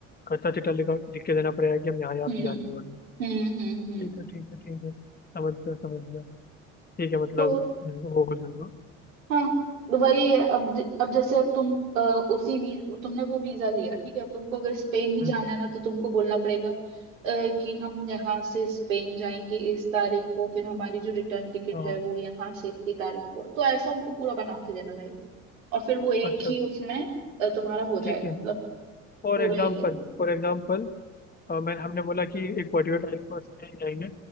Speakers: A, on the left; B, on the right.
A: कच्चा चिट्ठा लिखा लिख के देना पड़ेगा कि हम यहाँ यहाँ
B: हम्म
A: पे जाने वाले हैं
B: हम्म हम्म हम्म
A: ठीक है ठीक है ठीक है समझ गया समझ गया ठीक है मतलब
B: तो
A: हम्म, वो हो जाएगा
B: हाँ तो वही है अब ज- अब जैसे अब तुम अ, उसी वी, तुमने वो वीजा लिया ठीक है अब तुमको अगर स्पेन भी
A: हम्म,
B: जाना है ना तो तुमको बोलना पड़ेगा अ, कि हम यहाँ से स्पेन जाएंगे इस तारीख को फिर हमारी जो रिटर्न टिकट
A: हाँ
B: है वो यहाँ से इतनी तारीख को तो ऐसा उनको पूरा बना के देना रहेगा और फिर वो एक
A: अच्छा
B: ही उसमें अ, तुम्हारा हो जाएगा
A: ठीक है
B: मतलब
A: फॉर
B: पूरा
A: एग्जाम्पल
B: एरिया में
A: फॉर एग्जाम्पल मैंने हमने बोला कि एक पर्टिकुलर टाइम पर स्पेन जाएंगे